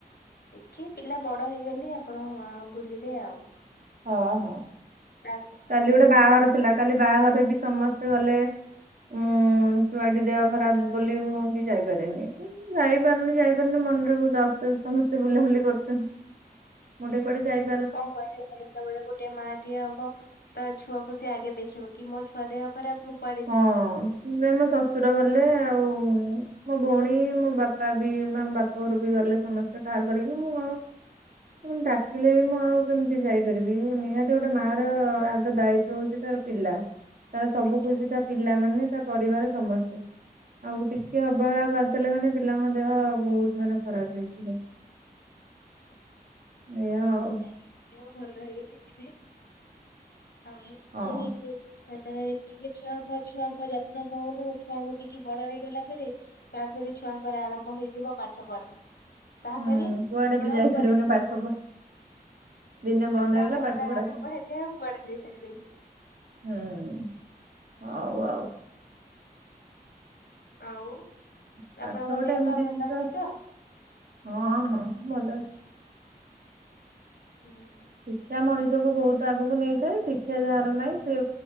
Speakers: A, on the left (about 80°); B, on the right (about 60°).
A: ଟିକେ ପିଲା ବଡ଼ ହେଇଗଲେ ଆପଣ ବୁଲିବେ ଆଉ।
B: ହଁ ହଁ।
A: ତା।
B: କାଲି ଗୋଟେ ବାହାଘର ଥିଲା କାଲି ବାହାଘରରେ ବି ସମସ୍ତେ ଗଲେ। ମୁଁ ଛୁଆଟି ଦେହ ଖରାପ ବୋଲି ମୁଁ ବି ଯାଇପାରିନି ଯାଇପାରୁନି ଯାଇ। ମନରେ ବହୁତ ଅବସୋସ୍ ସମସ୍ତେ ବୁଲାବୁଲି କରୁଛନ୍ତି ମୁଁ ଟିକେ କୁଆଡେ ଯାଇ।
A: କଣ କହିବି <inaudible> ଯେତେବେଳେ ଗୋଟେ ମା ଟିଏ ହବ ତା ଛୁଆକୁ ସିଏ ଆଗେ ଦେଖିବ କି ମୋ ଛୁଆ ଦେହ ଖରାପ। ମୁଁ କୁଆଡେ
B: ହଁ
A: ଯିବି
B: ନାଇ ମୋ ଶଶୁର ଗଲେ ଆଉ। ମୋ ଭଉଣୀ ମୋ ବାପା ବି ମୋ ବାପା ଘର ବି ଗଲେ ସମସ୍ତେ କାର୍ କରିକି ମୁଁ ଆଉ। ମୁଁ ଡାକିଲେ ବି ମୁଁ ଆଉ କେମିତି ଯାଇପାରିବି ନିହାତି ଗୋଟେ ମା ର ଆଗ ଦାୟିତ୍ଵ ହଉଛି ତାର। ପିଲା। ତାର ସବୁ
A: ଆଜ୍ଞା।
B: ଖୁସି ତା ପିଲାମାନେ ତା ପରିବାର ସମସ୍ତେ ଆଉ ଟିକେ ଅବହେଳା କରି। ଦେଲେ ମାନେ ପିଲାଙ୍କ ଦେହ ବହୁତ ମାନେ ଖରାପ ହେଇଯିବ।
A: ସେଥିଲାଗି
B: ଏଇଆ
A: କିଛି
B: ଆଉ
A: ନାହିଁ ଦେହ ଭଲ ହେଇ ବି ଯିବେ। ଆଉ ଏମିତିରେ
B: ହଁ
A: ବି। ଆ ଟିକେ ଛୁଆଙ୍କ ଛୁଆଙ୍କ ଯତ୍ନ ନଉନୁ ଛୁଆଙ୍କୁ ଟିକେ ବଡ ହେଇଗଲା ପରେ। ତାପରେ ଛୁଆଙ୍କର ଆରମ୍ଭ ହେଇଯିବ ପାଠ ପଢା। ତାପରେ
B: ହୁଁ କୁଆଡେ
A: ଆପଣ
B: ବି
A: ଆଉ
B: ଯାଇପାରିବନି
A: କୁଆଡେ।
B: ପାଠ ପଢା ଦିନେ ବନ୍ଦ
A: ପାଠ
B: ହେଇଗଲା
A: ପଢା ଆରମ୍ଭ
B: ସବୁ
A: ହେଲେ ଆଉ କୁଆଡେ ଯାଇପାରିବେନି।
B: ହୁଁ ହୋଉ ଆଉ।
A: ଆଉ
B: ପାଠ
A: ଆପଣଙ୍କ
B: ଗୋଟେ
A: ଦେହ
B: ଏମିତି
A: ପା ଭଲ
B: ଜିନିଷ
A: ଅଛି ତ।
B: ହଁ ହଁ ଭଲ ଅଛି।
A: ହ <inaudible>
B: ଶିକ୍ଷା ମଣିଷକୁ ବହୁତ ଆଗକୁ ନେଇଥାଏ ଶିକ୍ଷା ଯାହାର ନାହିଁ ସେ